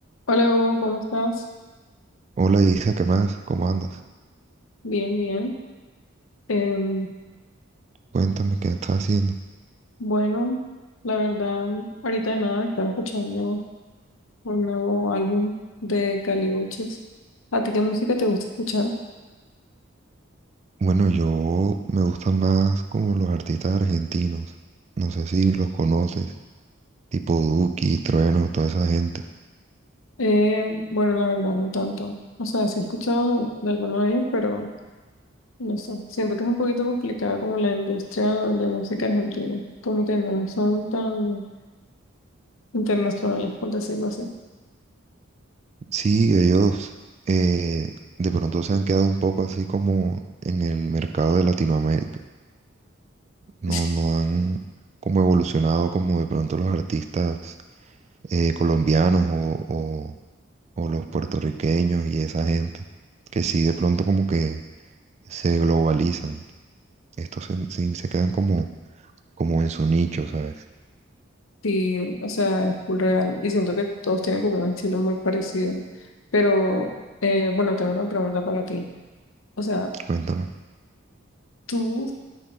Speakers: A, on the left; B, on the right.
A: Hola Hugo, ¿cómo estás?
B: Hola Isa, ¿qué más? ¿Cómo andas?
A: Bien, bien. Em,
B: Cuéntame qué estás haciendo.
A: bueno, la verdad, ahorita nada, estaba escuchando un nuevo álbum de Caliuchis. ¿A ti qué música te gusta escuchar?
B: Bueno, yo me gustan más como los artistas argentinos. No sé si los conoces, tipo Duki, Trueno, toda esa gente.
A: Eh, bueno, la verdad, no tanto. O sea, sí he escuchado de alguno de ellos, pero no sé. Siento que es un poquito complicado como la industria de música argentina. Como que no son tan internacionales, por decirlo así.
B: Sí, ellos eh, de pronto se han quedado un poco así como en el mercado de Latinoamérica. No,
A: <laughs>
B: no han como evolucionado como de pronto los artistas eh, colombianos o, o o los puertorriqueños y esa gente. Que sí, de pronto como que se globalizan. Estos se, sí se quedan como, como en su nicho, ¿sabes?
A: Sí, o sea, es full real. Y siento que todos tienen como un estilo muy parecido. Pero, eh, bueno, tengo una pregunta para ti. O sea,
B: Cuéntame.
A: ¿tú